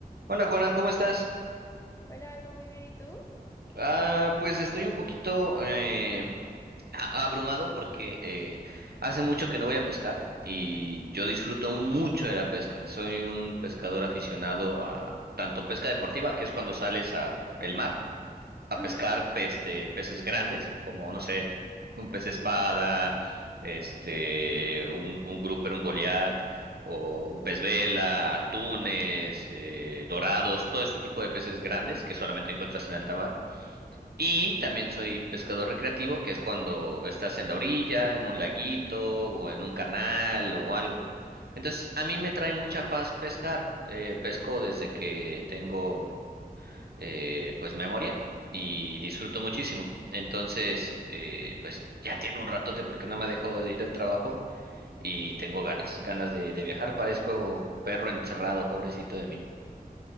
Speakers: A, on the right (about 80°); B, on the left (about 20°).
A: Hola Juana, ¿cómo estás?
B: Hola Aldo, muy bien, ¿y tú?
A: Ah, pues estoy un poquito eh, a- abrumado porque eh, hace mucho que no voy a pescar y yo disfruto mucho de la pesca. Soy un pescador aficionado a tanto pesca deportiva, que es cuando sales a el mar, a
B: Ujú.
A: pescar este, peces grandes, como, no sé, un pez espada, este, un, un grouper, un goliat, o un pez vela, atunes, eh, dorados, todo este tipo de peces grandes que solamente encuentras en alta mar. Y también soy pescador recreativo, que es cuando estás en la orilla, en un laguito, o en un canal, o algo. Entonces, a mí me trae mucha paz pescar. Eh, pesco desde que tengo eh, pues memoria y disfruto muchísimo. Entonces, eh, pues ya tiene un ratote porque no me ha dejado de ir al trabajo y tengo ganas, ganas de, de viajar. Parezco perro encerrado, pobrecito de mí.